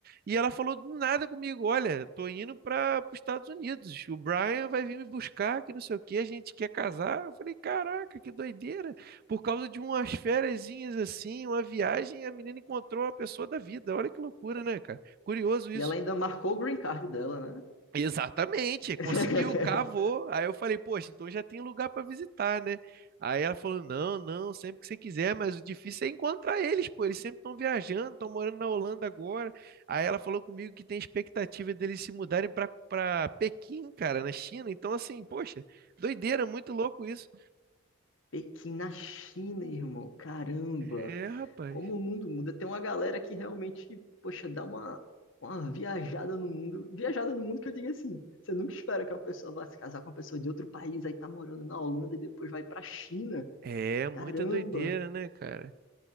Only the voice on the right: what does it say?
E ela falou do nada comigo, olha, tô indo para os Estados Unidos, o Brian vai vir me buscar, que não sei o que, a gente quer casar. Eu falei, caraca, que doideira por causa de umas fériasinhas assim, uma viagem, a menina encontrou a pessoa da vida. Olha que loucura, né, cara? Curioso isso.
Exatamente,
conseguiu, cavou. Aí eu falei, poxa, então já tem lugar para visitar, né? Aí ela falou: não, não, sempre que você quiser, mas o difícil é encontrar eles, pô. Eles sempre estão viajando, estão morando na Holanda agora. Aí ela falou comigo que tem expectativa deles se mudarem para para Pequim, cara, na China. Então, assim, poxa, doideira, muito louco isso.
É, rapaz.
É, muita
doideira, né, cara?